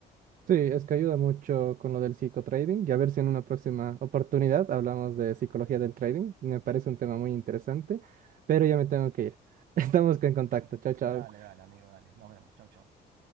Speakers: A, on the right; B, on the right.
A: Sí, es que ayuda mucho con lo del psicotrading y a ver si en una próxima oportunidad hablamos de psicología del trading. Me parece un tema muy interesante, pero ya me tengo que ir. <laughs> Estamos en
B: <laughs>
A: contacto. Chao, chao.
B: Dale, dale, amigo, dale. Nos vemos. Chau, chau.